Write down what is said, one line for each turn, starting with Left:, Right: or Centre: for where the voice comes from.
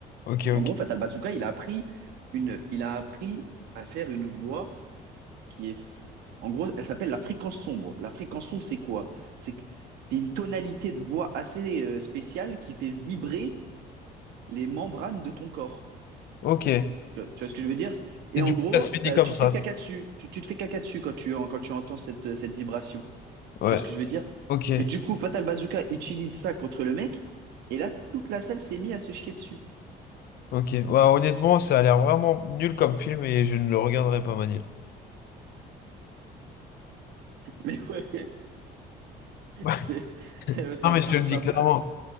Left: ok.
Right: Et en gros, Fatal Bazooka, il a appris une, il a appris à faire une voix qui est, en gros, elle s'appelle la fréquence sombre. La fréquence sombre, c'est quoi? C'est que- c'est une tonalité de voix assez euh, spéciale qui fait vibrer les membranes de ton corps.
Left: Ok. Ok.
Right: Tu vois, tu vois ce que je veux dire? Et
Left: Et du
Right: en
Left: coup,
Right: gros,
Left: ça se finit
Right: ça,
Left: comme
Right: tu
Left: ça.
Right: te fais caca dessus. Tu, tu te fais caca dessus quand tu, quand tu entends cette, cette vibration.
Left: Ouais,
Right: Tu vois ce que je veux dire?
Left: ok,
Right: Et du coup, Fatal Bazooka utilise ça contre le mec. Et là, toute la salle s'est mise à se chier dessus.
Left: ok. Bah, honnêtement, ça a l'air vraiment nul comme film et je ne le regarderai pas, Manil.
Right: <laughs> Mais ouais,
Left: <laughs>
Right: c'est <laughs> sympa,
Left: Non, mais je te le dis
Right: sympa,
Left: clairement.